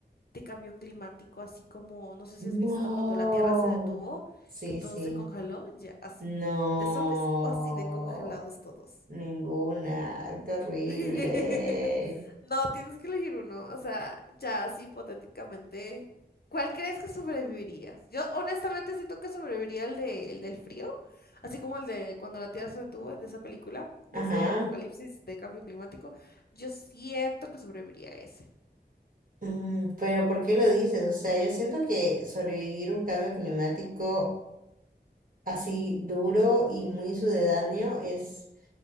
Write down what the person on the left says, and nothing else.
de cambio climático? Así como, no sé
si has visto cuando la Tierra se detuvo,
que todo
se congeló, ya así.
¿De zombies o así de congelados todos?
<laughs> No, tienes que elegir uno. O sea, ya así hipotéticamente, ¿cuál crees que sobrevivirías? Yo honestamente siento que sobreviviría el de, el del frío, así como el de cuando la Tierra se detuvo, de esa película, de
ese apocalipsis de cambio climático. Yo siento que sobreviviría a ese.